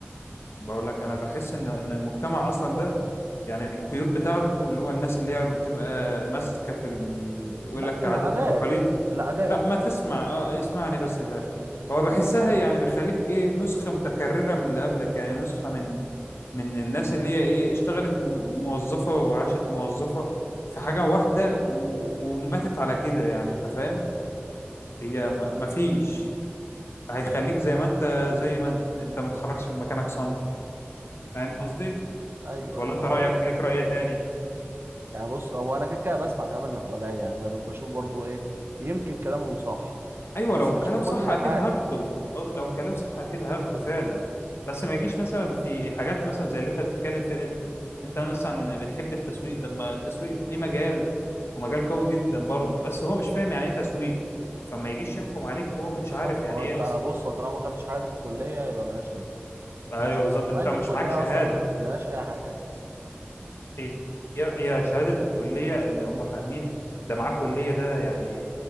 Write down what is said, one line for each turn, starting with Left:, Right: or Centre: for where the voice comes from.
Left: بقول لك انا بحس ان ان المجتمع اصلا ده يعني القيود بتاعته اللي هو الناس اللي هي بتبقى ماسكه في ال... يقول
Right: لا
Left: لك
Right: العادات
Left: عادات وتقاليد
Right: العادات
Left: لا ما تسمع اه اسمعني بس للاخر هو بحسها يعني بيخليك ايه نسخه متكرره من اللي قبلك يعني نسخه من من الناس اللي هي ايه اشتغلت م- موظفه وعاشت موظفه في حاجه واحده و... وماتت على كده يعني انت فاهم هي ما ما فيش هيخليك زي ما انت زي ما انت انت ما تتحركش من مكانك سنتي فاهم قصدي
Right: ايوه
Left: ولا
Right: ايوه
Left: انت
Right: هو
Left: رايك
Right: بص
Left: ليك راي تاني
Right: يعني بص هو انا كده كده بسمع كلام اللي حواليا يعني أنا بشوف برضو ايه يمكن كلامهم صح
Left: ايوه
Right: بس
Left: لو الكلام
Right: مش في كل
Left: صح اكيد
Right: حاجه
Left: هاخده اه لو الكلام صح اكيد هاخده فعلا بس ما يجيش مثلا في حاجات مثلا زي اللي انت بتتكلم فيها دي انت مثلا بتحب التسويق طب ما التسويق ليه مجال ومجال قوي جدا برضه بس هو مش فاهم يعني ايه تسويق فما يجيش يحكم عليك وهو
Right: بالظبط
Left: مش عارف يعني
Right: هو انت
Left: ايه اصلا
Right: بص هو طالما ما خدتش حاجه دي في الكليه يبقى مالهاش لازمه
Left: ايوه
Right: هما شايفين
Left: بالظبط
Right: كده
Left: انت
Right: مع ان
Left: مش
Right: الكليه
Left: معاك شهاده
Right: اصلا ما بتديناش اي حاجه اساسا
Left: هي هي شهادة الكلية اللي هم فاهمين ده معاه كلية ده يعني